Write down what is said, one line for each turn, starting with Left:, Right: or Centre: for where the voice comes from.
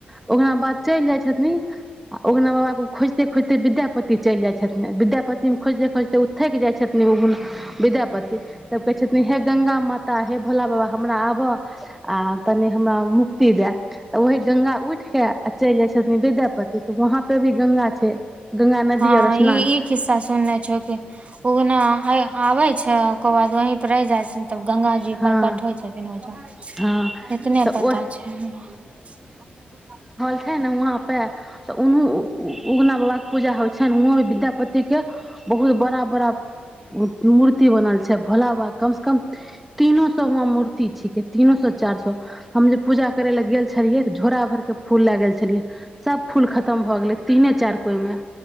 Centre: उगना चलि जाय छथिन उगना बाबा के खोजिते खोजिते विद्यापति चलि जाइ छथिन ने विद्यापति मे खोजिते खोजिते उ थकि जाइ छथिन उगना पति तब कहै छथिन हे- गंगा माता तऽ हे भोला बाबा हमरा आबऽ आ तनि हमरा मुक्ति दए तऽ ओह गंगा उठिके आ चलि जाइ छथिन विद्यापति वहाँ पे भी गंगा छै गंगा नदी
Right: हँ
Centre: और
Right: ई
Centre: स्नान
Right: ई खिस्सा सुनने छो कि उगना आबे छै ओकर बाद वहीं पर रहै जाइन छ तऽ गंगााजी
Centre: हँ
Right: प्रकट होइ छथिन ओइजम
Centre: हँ
Right: एतने
Centre: तऽ
Right: पता
Centre: ओ
Right: छै हमरा
Centre: छे ने वहाँ पे तऽ उनू उगना बाबा के पूजा होइ छ ने उहं भी विद्यापति के बहुत बड़ा बड़ा मूर्ति बनल छै छै भोला बाबा कम स कम तीनो सौ हुआ मूर्ति छिके तीनो सौ चार सौ हम जे पूजा करेले गेल छलियै त झोरा भर के फूल लए गेल छलियै सब फूल खतम भए गेले तीने चार कोई मे